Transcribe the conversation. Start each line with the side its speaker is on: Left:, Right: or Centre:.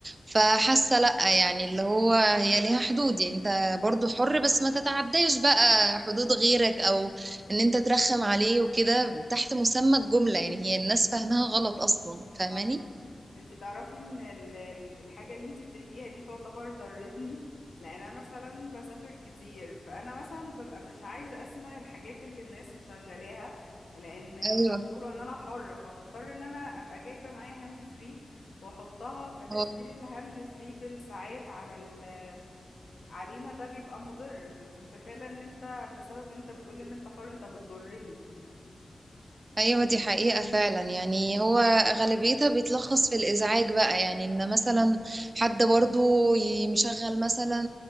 Right: فحاسة لأ يعني اللي هو هي ليها حدود يعني انت برضو حر بس ما تتعداش بقى حدود غيرك او ان انت ترخم عليه وكده تحت مسمى الجملة يعني هي الناس فاهمها غلط اصلا فاهماني؟
Left: صح انتي تعرفي ان ال- ال- الحاجة اللي انتي بتحكيها دي تعتبر ضرتني لان انا مثلا بسافر كتير فانا مثلا ببقى مش عايزة اسمع الحاجات اللي الناس مشغلاها لان هما
Right: ايوه
Left: بيقولوا ان انا حرة فبضطر ان انا ابقى جايبة معايا هاند فري واحطها فتأثير
Right: هو
Left: الهاند فري بالساعات على ال... علينا ده بيبقى مضر فانتي متخيلة ان انت بسبب ان انت بتقولي ان انت حر انت بتضرني
Right: ايوه دي حقيقة فعلا يعني هو غالبيتها بيتلخص في الازعاج بقى يعني ان مثلا حد برضو ي- مشغل مثلا